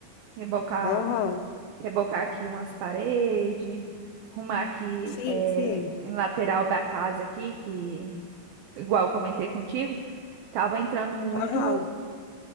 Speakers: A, on the right; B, on the left.
A: Rebocar,
B: Aham.
A: rebocar aqui umas paredes, arrumar aqui
B: Sim,
A: é,
B: sim.
A: em lateral da casa aqui, que igual eu comentei contigo, tava entrando muito
B: Aham.